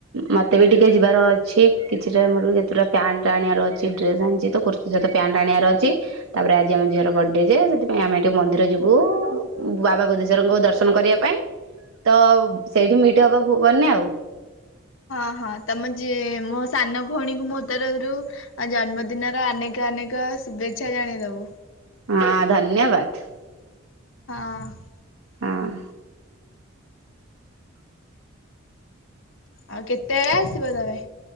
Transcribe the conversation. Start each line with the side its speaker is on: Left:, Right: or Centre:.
Right: ମତେ ବି ଟିକେ ଯିବାର ଅଛି କିଛି ଟା ମୋର ବି ଯେତେଟା ପ୍ୟାଣ୍ଟ ଆଣିବାର ଅଛି ଡ୍ରେସ ଆଣିଛି ତ କୁର୍ତ୍ ସେ ଯଦି ତା ସହିତ ପ୍ୟାଣ୍ଟ ଆଣିବାର ଅଛି। ତାପରେ ଆଜି ଆମ ଝିଅର ବର୍ଡେ ଯେ ସେଥିପାଇଁ ଆମେ ଟିକିେ ମନ୍ଦିର ଯିବୁ ବାବା ବଦେଶ୍ୱରଙ୍କୁ ଦର୍ଶନ କରିବା ପାଇଁ।
Left: ଁ
Right: ତ ସେଇଠି ମିଟ୍ ହବା ଭୁବନ ରେ ଆଉ।
Left: ହଁ ହଁ ତମ ଝି ମୋ ସାନ ଭଉଣୀ କୁ ମୋ ତରଫରୁ। ଆ ଜନ୍ମଦିନର ଅନେକ ଅନେକ ଶୁଭେଚ୍ଛା ଜଣେଇଦବୁ।
Right: ହଁ ଧନ୍ୟବାଦ।
Left: ହଁ।
Right: ହଁ।
Left: ଆଉ କେତେବେଳେ ଆସିବ ତମେ।